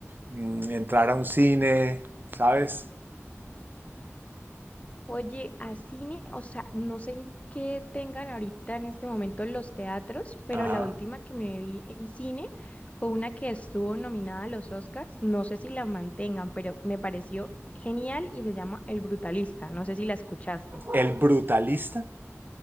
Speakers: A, on the right; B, on the left.
A: mm, entrar a un cine, ¿sabes?
B: Oye, a cine, o sea, no sé en qué tengan ahorita en este momento los teatros, pero
A: Ajá.
B: la última que me vi en cine fue una que estuvo nominada a los Oscars, no sé si la mantengan, pero me pareció genial y se llama El Brutalista, no sé si la escuchaste.
A: ¿El brutalista?